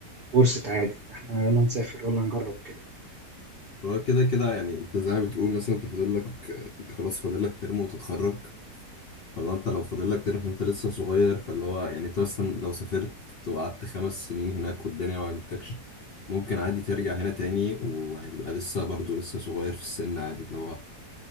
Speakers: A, on the right (about 70°); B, on the left (about 70°).
A: ورثة عادي إن إحنا يلا نسافر ولا نجرب كده
B: هو كده كده يعني انت زي ما بتقول مثلا انت فاضل لك انت خلاص فاضل لك ترم وتتخرج فلو انت لو فاضل لك تاني فانت لسه صغير فاللي هو يعني انت اصلا لو سافرت وقعدت خمس سنين هناك والدنيا ما عجبتكش ممكن عادي ترجع هنا تاني وهتبقى لسه برضه لسه صغير في السن عادي اللي هو